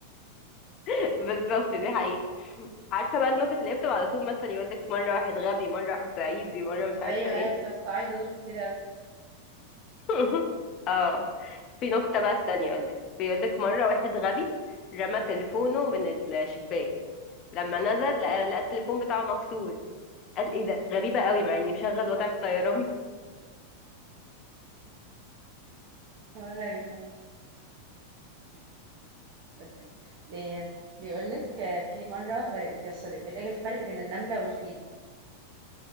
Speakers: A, on the left; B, on the right.
A: <laughs> بالظبط دي حقيقة عارفة بقى النكت اللي هي بتبقى على طول مثلا يقولك مرة واحد غبي مرة واحد صعيدي مرة مش عارفة
B: ايوه
A: ايه
B: ايوه فالصعايده دول كتير قوي
A: <laughs> اه في نكتة بقى استني اقولك بيقولك مرة واحد غبي رمى تليفونه من الشباك لما نزل لقى لقى التليفون بتاعه مكسور قال ايه ده غريبة قوي مع اني مشغل وضع الطيران
B: غريبه بس بي- بيقول لك آه، في مره آه، بي- سوري بيقول لك الفرق بين النمله والفيل